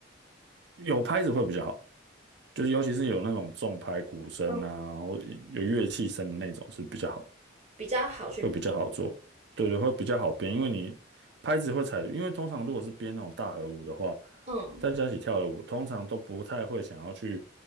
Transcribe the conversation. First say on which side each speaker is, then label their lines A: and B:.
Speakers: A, on the right; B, on the right.
A: 有拍子会比较好，就是尤其是有那种重拍鼓声啊，
B: 嗯，
A: 或有乐器声的那种是比较好。
B: 比较好去编，
A: 会比较好做，对对，会比较好编，因为你拍子会踩，因为通常如果是编那种大合舞的话，
B: 嗯
A: 大家一起跳的舞，通常都不太会想要去